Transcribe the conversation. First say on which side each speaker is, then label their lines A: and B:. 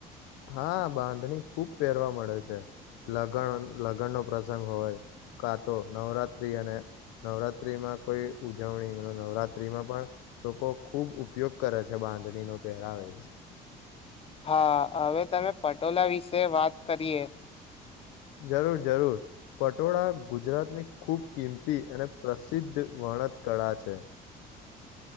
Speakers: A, on the left; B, on the left.
A: હા, બાંધણી ખૂબ પહેરવા મળે છે લગ્ન લગ્નનો પ્રસંગ હોય કાતો નવરાત્રિ અને નવરાત્રિમાં કોઈ ઉજવણી નવરાત્રિમાં પણ લોકો ખૂબ ઉપયોગ કરે છે બાંધણીનો પહેરાવે.
B: હા હવે તમે પટોલાા વિશે વાત કરીએ
A: જરૂર જરૂર પટોળા ગુજરાતની ખુબ કિંમતી અને પ્રસિદ્ધ વણતકળા છે.